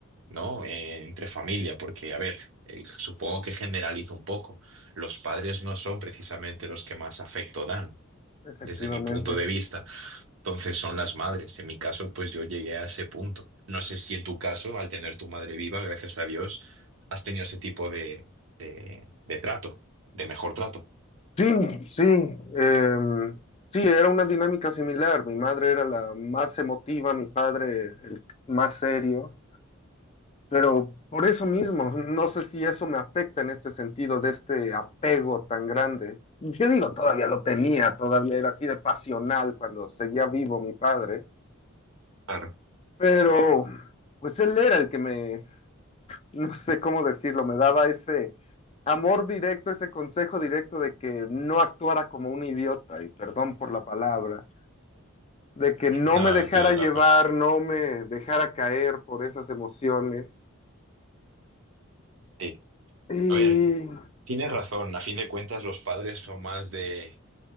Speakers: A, on the right (about 65°); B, on the left (about 30°).
A: ¿no? Eh, entre familia, porque a ver, eh, supongo que generalizo un poco. Los padres no son precisamente los que más afecto dan,
B: efectivamente.
A: desde mi punto de vista. Entonces son las madres. En mi caso, pues yo llegué a ese punto. No sé si en tu caso, al tener tu madre viva, gracias a Dios, has tenido ese tipo de, de, de trato, de mejor trato.
B: Sí, sí. em, sí, era una dinámica similar. Mi madre era la más emotiva, mi padre el más serio. Pero por eso mismo, no sé si eso me afecta en este sentido de este apego tan grande. Yo digo, todavía lo tenía, todavía era así de pasional cuando seguía vivo mi padre,
A: Claro.
B: pero pues él era el que me, no sé cómo decirlo, me daba ese amor directo, ese consejo directo de que no actuara como un idiota, y perdón por la palabra, de que no
A: No,
B: me dejara
A: tienes
B: llevar,
A: razón.
B: no me dejara caer por esas emociones.
A: Sí.
B: Y
A: A ver, tienes razón. A fin de cuentas, los padres son más de...